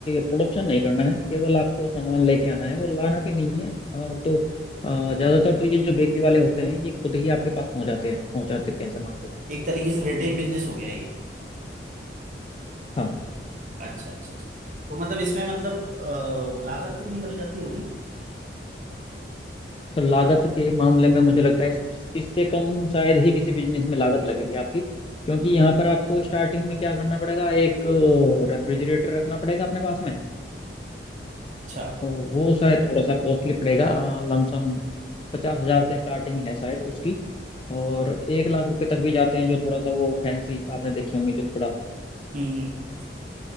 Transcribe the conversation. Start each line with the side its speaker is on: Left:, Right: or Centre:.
Left: प्रोडक्शन नहीं करना है केवल आपको सामान लेके आना है और लाना भी नहीं है आप तो अ, ज्यादातर तो ये जो बेकरी वाले होते हैं ये खुद ही आपके पास पहुंचाते हैं पहुंचा देते हैं सामान को
Right: एक तरीके से रिटेल बिजनेस हो गया ये
Left: हाँ
Right: अच्छा अच्छा अच्छा तो मतलब इसमें मतलब अ, लागत कितनी लग जाती होगी
Left: तो लागत के मामले में मुझे लगता है इस- इससे कम शायद ही किसी बिजनेस में लागत लगेगी आपकी क्योंकि यहाँ पर आपको स्टार्टिंग में क्या करना पड़ेगा एक रेफ्रिजरेटर रखना पड़ेगा अपने पास में
Right: अच्छा
Left: तो वो शायद थोड़ा सा कॉस्टली पड़ेगा लमसम पचास हजार से स्टार्टिंग है शायद उसकी और एक लाख रुपए तक भी जाते हैं जो थोड़ा सा वो फैंसी आपने देखे होंगे जो थोड़ा
Right: हम्म हम्म हम्म।